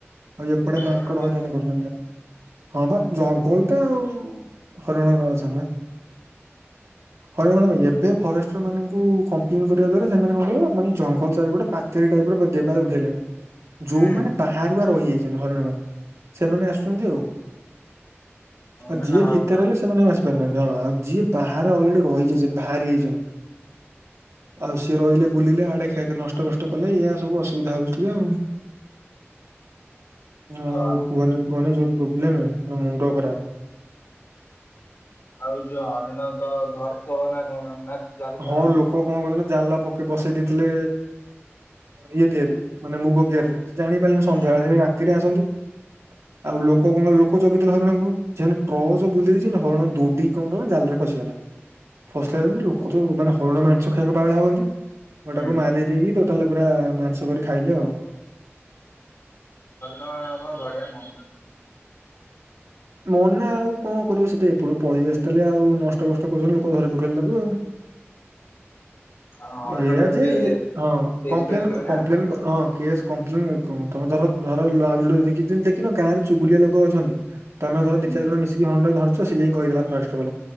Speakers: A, on the right; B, on the left.
A: ଆଉ ଏପଟେ
B: ହରିଣ
A: ମାଙ୍କଡ
B: ବି
A: ହଇରାଣ
B: ଆସୁଛନ୍ତି
A: କରଛନ୍ତି ହଁ ବା ଜଙ୍ଗଲ ଟା ଆଉ ହରିଣ ଅଛ ହରିଣଣ ଭାଇ ଏବେ ଫରେଷ୍ଟ ମାନଙ୍କୁ କମ୍ପ୍ଲେନ୍ଟ କରିବା ଦ୍ୱାରା ସେମାନେ କଣହିବ ମାନେ ଜଙ୍ଗଲ ଚାରିପଟେ ପାଚେରି ଟାଇପ ର ଦେବାଲ ଉଠାଇଲେଣି।
B: ହୁଁ
A: ଯୋଉମାନେ ବାହାରୁ ବା ରହିଯାଇଛନ୍ତି ହରିଣ ମାନେ ସେମାନେ ଆସୁଛନ୍ତି ଆଉ। ଆଉ
B: ମାନେ
A: ଯିଏ
B: ହରିଣ
A: ଭିତରେ ହେଲେ ସେମାନେ ବି ଆସି ପାରୁନାହାନ୍ତି ହଁ ଆଉ ଯିଏ ବାହାରେ ଅଲରେଡି ରହିଯାଇଛନ୍ତି ବାହାରି ଯାଇଛନ୍ତି। ଆଉ ସିଏ ରହିଲେ ବୁଲିଲେ ଆଡେ ଖାଇଆ ନଷ୍ଟ କଷ୍ଟ କଲେ ଏୟଆ ସବୁ ଅସୁବିଧା ହଉଛି ଟିକେ ଆଉ ଆଉ
B: ଅ
A: କୁହନି କୁହନି ଯୋଉ ପ୍ରୋବ୍ଲେମ ମୁଣ୍ଡ ଖରାପ
B: ଆଉ ଯୋଉ ହରିଣ ତ ଧରିଥିବ ନା କଣ ନା। ତାକୁ ଧରନି?
A: ହଁ ଲୋକ କଣ କରୁଥିଲେ ଜାଲ ପକେଇ ବସେଇ ଦେଇଥିଲେ ଇଏ ଦିଆରେ ମାନେ ମୁଗ କିିଆରରେ। ଜାଣିପାରିଲିନି
B: ହୁଁ
A: ସନ୍ଧ୍ୟାବେଳେ ସେ ରାତିରେ ଆସନ୍ତି ଆଉ ଲୋକ କଣ ଲୋକ ଜଗିଥିଲେ ହରିଣଙ୍କୁ ସେ ଟର୍ଚ୍ଚ ବୁଲେଇ ଦେଇଛନ୍ତି ହରିଣ ଦୌଡି କଣ କଲା ନା ଜାଲ ରେ ଫସିଗଲା। ଫସିଲ ଲୋକ ତ ମାନେ ହରିଣ ମାଂସ ଖାଇବାକୁ ବାଉଳା ହୁଅନ୍ତି ଗଟାକୁ
B: ହୁଁ
A: ମାରି ଦେଇକି ତାହଲେ ପୁରା ମାଂସ କରି ଖାଇଲେ ଆଉ
B: ହରିଣ ଧରିଆ ମ
A: ମନା ଆଉ କଣ କରିବ ସେଠି ଏପଟୁ ପଳେଇ ଆସିଲେ ଆଉ ନଷ୍ଟ ଭଷ୍ଟ କରୁଛନ୍ତି ଲୋକ ଧରି ପକେଇ ତାକୁ ଆଉ
B: ଆଉ ହରିଣ
A: ଏଇଆା
B: ଧରିଲେ
A: ଯେ ହଁ
B: କେସ୍
A: କପ୍ଲେନ
B: ଫେସ୍ ହୁଏ ନା।
A: କପ୍ଲେନ ହଁ କପ ତମେ ଧର ଧର ଆ ଦେଖି ଦେଖିନ ଗାଁରେ ଚୁଗୁଲିଆ ଲୋକ ଅଛନ୍ତି। ତମେଧର
B: ହୁଁ ଆଚ୍ଛା
A: ଦିଇ ଚାରି ଜଣ ମିଶିକି ହରିଣ ଟା ଧରୁଛ ସେ ଯାଇ କହିଲା ଫରେଷ୍ଟ ବା